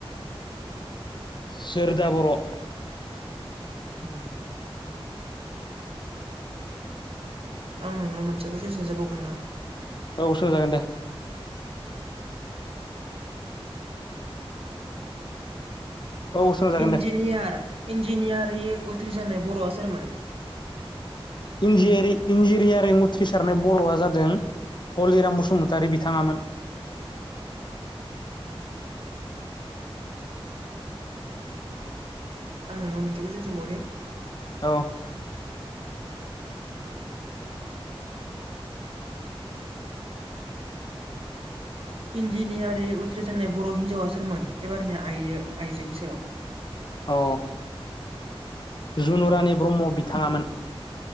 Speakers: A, on the left (about 50°); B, on the right (about 70°).
A: सोरदा बर'।
B: उम। आं नोंनाव मोनसे खुयसन सोंजा बावगोन ना
A: औ सोंजागोन दे औ सोंजागोन
B: इन्जिनियार
A: दे
B: इन्जिनियारि उथ्रिसारनाय बर'आ सोरमोन
A: इन्जििरियारिं उथ्रिसारनाय बर'आ जादों हलिराम बसुमतारि बिथाङामोन
B: उ आं नोंनाव मोनसे खुयसन सोंबावनि
A: औ
B: इन्जिनियारि उथ्रिजनाय बर' हिन्जावा सोरमोन एबारनिया आइ आइजोनि सायाव
A: अ जुनुरानि ब्रह्म बिथाङामोन